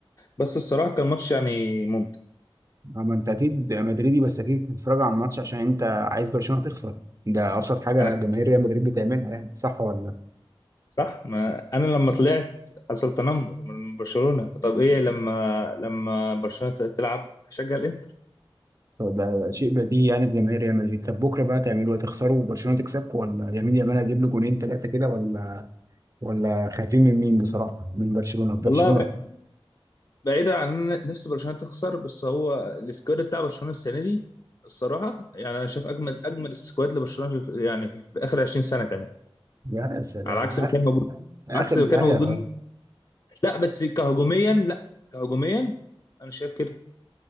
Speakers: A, on the left (about 40°); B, on the right (about 35°).
A: بس الصراحه كان ماتش يعني ممتع
B: اما انت اكيد مدريدي بس اكيد بتتفرج على الماتش عشان انت عايز برشلونة تخسر ده ابسط حاجة
A: انا
B: جماهير ريال مدريد بتعملها يعني صح ولا لا
A: صح ما انا لما طلعت حصل تنمر من برشلونه فطب
B: مم.
A: ايه لما لما برشلونه تلعب هشجع الانتر
B: طب ده شيء بديهي يعني في جماهير ريال مدريد طب بكرة بقى تعملوا ايه تخسروا وبرشلونة تكسبكم ولا يمين يامال هيجيب له جونين ثلاثة كده ولا ولا خايفين من مين بصراحة من برشلونة برشلونة
A: والله بعيدا عن ان أنا نفسي برشلونه تخسر بس هو السكواد بتاع برشلونه السنه دي الصراحه يعني انا شايف اجمد اجمد السكواد لبرشلونه في يعني في, في اخر 20 سنه كمان
B: يا سلام
A: على عكس
B: اخر
A: ما كان موجود
B: اخر
A: على عكس
B: لا
A: ما كان موجود
B: يا راجل
A: لا بس كهجوميا لا كهجوميا انا شايف كده